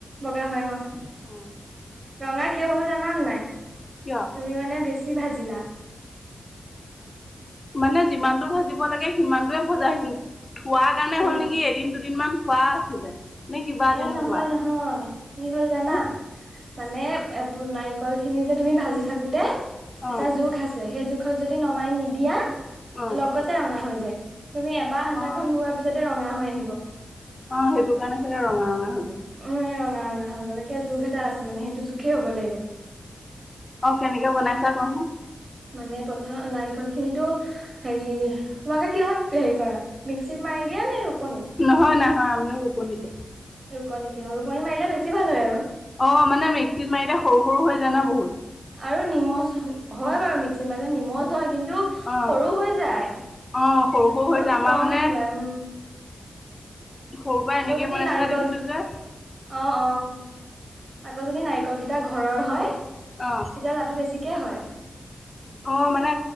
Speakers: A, on the right (about 50°); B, on the left (about 35°).
A: বগা হয় অ,
B: উম,
A: ৰঙা কিয় হ'ল জানানে নাই?
B: কিয়
A: তুমি মানে বেছি ভাজিলা।
B: মানে যিমানটো ভাজিব লাগে সিমানটোয়ে ভজাইছিল। থোৱাৰ কাৰণে
A: উম
B: হ'ল নেকি, এদিন দুদিনমান থোৱা আছিলে। নে কিবা
A: এ,
B: তেনেকুৱা
A: নহয় নহয় কি হল জানা
B: হা
A: মানে এ, নাৰিকল খিনি যে তুমি ভাজি থাকোতে
B: অ
A: এটা জোখ আছে সেই জুখ থ, যদি নমাই নিদিয়া
B: অ
A: লগতে ৰঙা হৈ যায়। তুমি এবাৰ হাতাখন
B: অ
A: ঘোৱাৰ পিছতে ৰঙা হৈ আহিব।
B: অ সেইটো কাৰণে চাগে ৰঙা ৰঙা হৈ গ'ল
A: উ, ৰঙা ৰঙা হৈ গলে কে জোখ এটা আছে মানে সেইটো জোখেই হ'ব লাগিব।
B: অ, কেনেকে বনাইছা কোৱাচোন?
A: মানে প্ৰথম নাৰিকল খিনিতো হেৰি তোমালোকে কিহত হেৰি কৰা মেক্সিত মাৰি এতিয়া নে ৰুকনিত
B: নহয়, নহয় আমি ৰুপনি তে
A: ৰুকনিতে তেওঁ ৰুকনি মাৰিলে বেছি ভাল হয় আৰু।
B: অ মানে মিক্সিত মাৰিলে সৰু সৰু হৈ যায় না বহুত?
A: আৰু নিমজ হয় বাৰু মিক্সিত মানে নিমচ হয় কিন্তু
B: অ
A: সৰু হৈ যায়।
B: অ সৰু সৰু
A: বহুত
B: হৈ যায় আমাৰ
A: কম
B: মানে
A: ওলাই।
B: সৰুৰ পৰা
A: আকৌ
B: এনেকে
A: যদি
B: বনাই
A: নাৰিকল,
B: থকা দেখিছো যে
A: অ, অ, আকৌ যদি নাৰিকলকিটা ঘৰৰ হয়,
B: অ
A: তেতিয়া লাটো বেছিকে হয়।
B: অ মানে